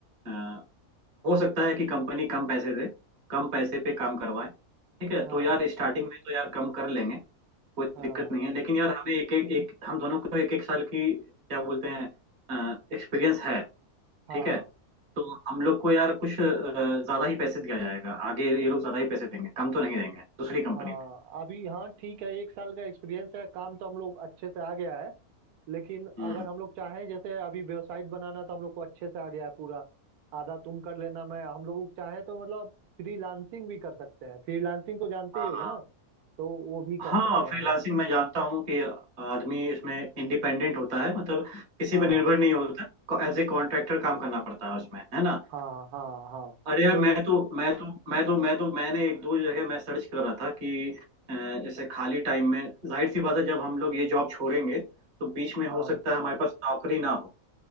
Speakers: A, on the right (about 35°); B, on the right (about 80°).
A: अ, हो सकता है कि कंपनी कम पैसे दे कम पैसे पे काम करवाए ठीक है
B: हाँ
A: तो यार स्टार्टिंग में तो यार कम कर लेंगे कोई
B: हाँ
A: दिक्कत नहीं है लेकिन यार हमें एक एक एक हम दोनों को एक एक साल की क्या बोलते हैं एक्सपीरियंस है
B: हाँ
A: ठीक है तो हम लोग को यार कुछ अ, ज्यादा ही पैसे दिया जाएगा आगे ये लोग ज्यादा ही पैसे देंगे कम तो नहीं देंगे दूसरी कंपनी
B: हाँ
A: में
B: अभी हाँ ठीक है एक साल का एक्सपीरियंस है काम तो हम लोग अच्छे से आ गया है लेकिन
A: हम्म
B: अगर हम लोग चाहें जैसे अभी वेबसाइट बनाना तो हम लोग को अच्छे से आ गया है पूरा आधा तुम कर लेना मैं हम लोग चाहें तो मतलब फ्रीलांसिंग भी कर सकते हैं फ्रीलांसिंग को जानते
A: हाँ
B: ही होगे ना तो वो भी
A: हाँ
B: कर सकते हैं
A: फ्रीलांसिंग
B: हम लोग
A: मैं जानता हूँ कि आदमी इसमें इंडिपेंडेंट होता है मतलब किसी
B: हाँ
A: पर निर्भर नहीं होता एज ए कॉन्ट्रैक्टर काम करना पड़ता है उसमें है ना
B: हाँ हाँ हाँ
A: अरे यार
B: तो
A: मैं तो मैं तो मैं तो मैं तो मैंने एक दो जगह मैं सर्च कर रहा था कि अ, जैसे खाली टाइम में जाहिर सी बात है जब हम लोग ये जॉब छोड़ेंगे तो बीच में
B: हाँ
A: हो सकता है हमारे पास नौकरी ना हो